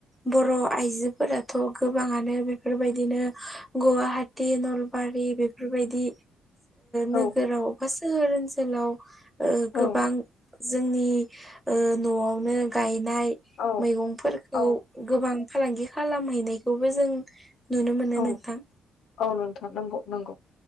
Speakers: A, in the centre; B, on the left.
A: बर' आइजोफोराथ' गोबाङानो बेफोरबायदिनो गुवा हाटि नलबारि बेफोरबायदि नोगोराव
B: औ
A: बा सोहोर ओनसोलाव
B: औ
A: गोबां जोंनि ओ न'आवनो गायनाय
B: औ
A: मैगंफोरखौ
B: औ
A: गोबां फालांगि खालामहैनायखौबो जों नुनो मोनो
B: औ
A: नोंथां
B: औ नोंथां नांगौ नांगौ